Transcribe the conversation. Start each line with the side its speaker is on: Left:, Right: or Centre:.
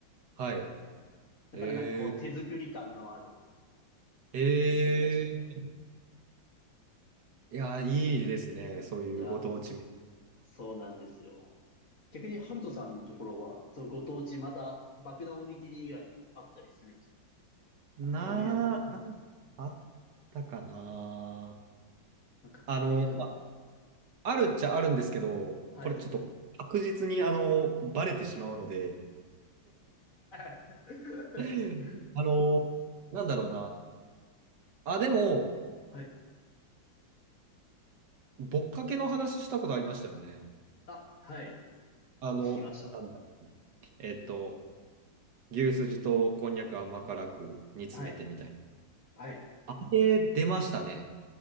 Right: はい。
Left: だからなんかこう手作り感のある
Right: えー、えー、
Left: 給食でした。
Right: いや、いいですね。そういうご当地。
Left: いや、そうなんですよ。逆にハルトさんのところは、そのご当地また爆弾おにぎり以外にあったりするんです
Right: なあ、
Left: かこういう、
Right: なんかあったかな。
Left: なんかこういうのを、
Right: あの、まあるっちゃあるんですけど、
Left: はい。
Right: これちょっと確実にあの、バレてしまうので、
Left: <laughs>
Right: <laughs> あの、なんだろうな。あ、でも、
Left: はい。
Right: ぼっかけの話したことありましたよね。
Left: あ、はい。
Right: あの、
Left: 聞きました。
Right: なんだ、えっと、牛すじとこんにゃく甘辛く煮詰めてみたい
Left: はい。はい。
Right: な。あれ、出ましたね。